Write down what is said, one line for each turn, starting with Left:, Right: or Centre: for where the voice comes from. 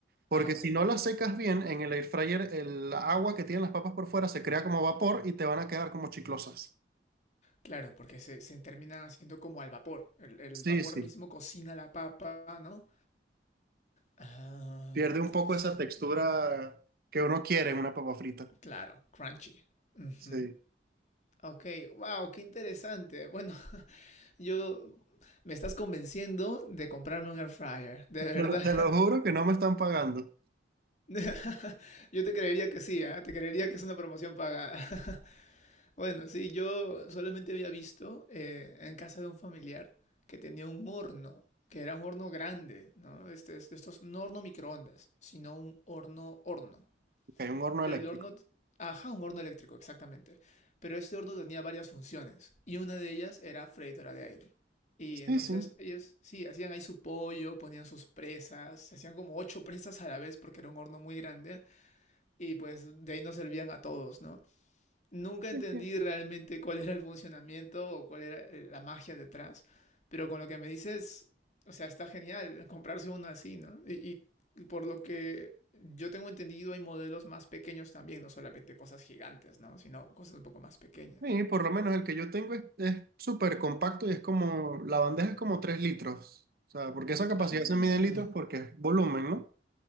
Right: Porque
Left: Ah, ok.
Right: si no las secas bien, en el air fryer el agua que tienen las papas por fuera se crea como vapor y te van a quedar como chiclosas.
Left: Claro, porque se, se termina haciendo como al vapor. El, el
Right: Sí,
Left: vapor
Right: sí.
Left: mismo cocina la papa, ¿no? Ah,
Right: Pierde
Left: interesante.
Right: un poco esa textura que uno quiere en una papa frita.
Left: Claro, crunchy. Ujú.
Right: Sí.
Left: Ok, wow, qué interesante. Bueno, <laughs> yo me estás convenciendo de comprarme un air fryer, de verdad.
Right: Te lo, te lo juro que no me están pagando.
Left: <laughs> Yo te creería que sí, ¿ah? Te creería que es una promoción pagada. <laughs> Bueno, sí, yo solamente había visto eh, en casa de un familiar que tenía un horno, que era un horno grande, ¿no? Este, es- estos, no horno microondas, sino un horno horno.
Right: que Hay un horno
Left: Pero
Right: eléctrico.
Left: el horno, ajá, un horno eléctrico, exactamente. Pero este horno tenía varias funciones y una de ellas era freidora de aire. Y
Right: Sí,
Left: entonces
Right: sí.
Left: ellos, sí, hacían ahí su pollo, ponían sus presas, se hacían como ocho <laughs> presas a la vez porque era un horno muy grande y pues de ahí nos servían a todos, ¿no? Nunca entendí
Right: Es que-
Left: realmente cuál era el funcionamiento o cuál era eh, la magia detrás, pero con lo que me dices, o sea, está genial comprarse uno así, ¿no? Y, y por lo que yo tengo entendido, hay modelos más pequeños también, no solamente cosas gigantes, ¿no? Sino cosas un poco más pequeñas.
Right: sí, por lo menos el que yo tengo es, es súper compacto y es como, la bandeja es como 3 litros. O sea, porque esa capacidad
Left: Ah,
Right: se mide en litros porque es volumen, ¿no?